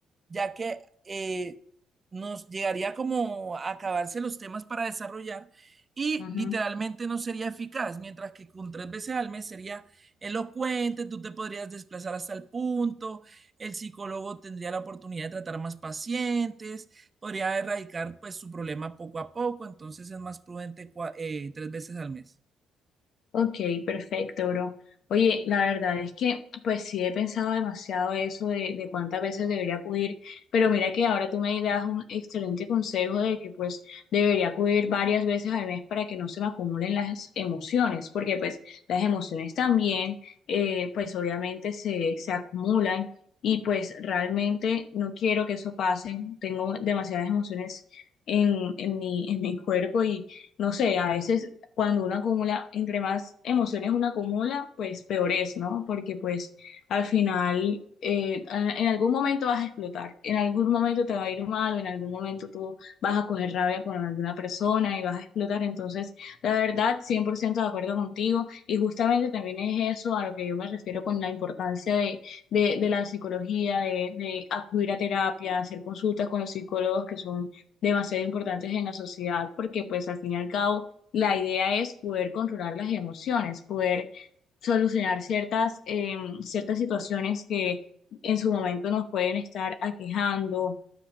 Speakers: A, on the right; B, on the left.
A: ya que eh, nos llegaría como a acabarse los temas para desarrollar y
B: Ujú.
A: literalmente no sería eficaz, mientras que con tres veces al mes sería elocuente, tú te podrías desplazar hasta el punto el psicólogo tendría la oportunidad de tratar más pacientes, podría erradicar pues su problema poco a poco, entonces es más prudente cua- eh, tres veces al mes.
B: Ok, perfecto, bro. Oye, la verdad es que, pues sí he pensado demasiado eso de, de cuántas veces debería acudir, pero mira que ahora tú me das un excelente consejo de que pues debería acudir varias veces al mes para que no se me acumulen las emociones, porque pues las emociones también, eh, pues obviamente se, se acumulan y pues realmente no quiero que eso pase. Tengo demasiadas emociones en, en mi, en mi cuerpo y no sé, a veces cuando uno acumula, entre más emociones uno acumula, pues peor es, ¿no? Porque pues al final eh, a- en algún momento vas a explotar, en algún momento te va a ir mal, o en algún momento tú vas a coger rabia con alguna persona y vas a explotar. Entonces, la verdad, 100% de acuerdo contigo y justamente también es eso a lo que yo me refiero con la importancia de, de, de la psicología, de, de acudir a terapia, hacer consultas con los psicólogos que son demasiado importantes en la sociedad, porque pues al fin y al cabo la idea es poder controlar las emociones, poder solucionar ciertas, em, ciertas situaciones que en su momento nos pueden estar aquejando